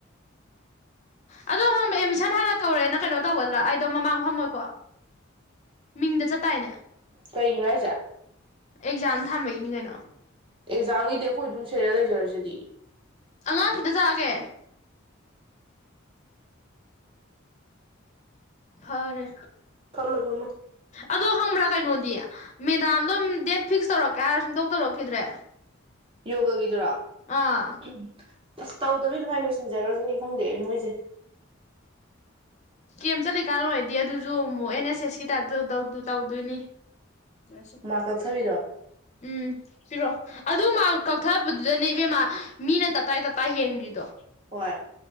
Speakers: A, on the left; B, on the right.
A: ꯑꯗꯨ ꯑꯍꯟꯕ ꯑꯦꯗꯃꯤꯁꯟ ꯍꯥꯟꯅ ꯇꯧꯔꯦꯅ ꯀꯩꯅꯣ ꯇꯧꯒꯗ꯭ꯔꯥ ꯑꯩꯗꯣ ꯃꯃꯥꯡ ꯐꯝꯃꯣꯏꯀꯣ ꯃꯤꯡꯗ ꯆꯠꯇꯥꯥꯏꯅꯦ
B: ꯀꯩꯒꯤꯅꯣ ꯍꯥꯏꯁꯦ
A: ꯑꯦꯛꯖꯥꯝ ꯊꯝꯕꯩꯅꯤ ꯀꯩꯅꯣ
B: ꯑꯦꯛꯖꯥꯝ ꯒꯤꯗꯤ ꯑꯩꯈꯣꯏ ꯑꯗꯨꯝ ꯁꯦꯔꯦꯜ ꯂꯩꯖꯔꯖꯤꯗꯤ
A: ꯑꯉꯥꯡ ꯈꯤꯠꯇ ꯆꯥꯒꯦ ꯐꯔꯦ
B: ꯐꯝꯃꯣꯏ ꯐꯝꯃꯣꯏ
A: ꯑꯗꯣ ꯈꯪꯕ꯭ꯔꯥ ꯀꯩꯅꯣꯗꯤ ꯃꯦꯗꯥꯝꯗꯣꯝ ꯗꯦꯠ ꯐꯤꯛꯁ ꯇꯧꯔꯛꯀꯦ ꯍꯥꯏꯔ ꯁꯨꯡꯇꯧ ꯇꯧꯔꯛꯈꯤꯗ꯭ꯔꯦ
B: ꯌꯣꯒ ꯒꯤꯗꯨꯔꯣ
A: ꯑ
B: ꯎꯝ ꯑꯁ ꯇꯧꯗꯕꯤ ꯑꯗꯨꯃꯥꯏꯅ ꯂꯣꯏꯁꯤꯟꯖꯔꯒꯅꯤ ꯈꯪꯗꯦ ꯑꯩ ꯃꯣꯏꯖꯦ
A: ꯀꯦꯝ ꯆꯠꯂꯤꯀꯥꯟ ꯑꯣꯏꯔꯗꯤ ꯑꯗꯨꯖꯨ ꯑꯃꯨꯛ ꯑꯦꯟ ꯑꯦꯁ ꯑꯦꯁꯀꯤ ꯇꯥꯏꯞꯇ ꯇꯧ ꯇꯧꯗꯣꯏꯅꯤ ꯌꯔꯦꯁꯦ
B: ꯃꯥꯛ ꯀꯛꯊꯕꯤꯗꯣ
A: ꯎꯝ ꯄꯤꯔꯣ ꯑꯗꯨ ꯃꯔꯛ ꯀꯛꯊꯕꯗꯨꯗꯅꯦ ꯏꯕꯦꯝꯃ ꯃꯤꯅ ꯇꯞꯇꯥꯥꯏ ꯇꯞꯇꯥꯥꯏ ꯍꯦꯟꯒ꯭ꯔꯤꯗꯣ
B: ꯍꯣꯏ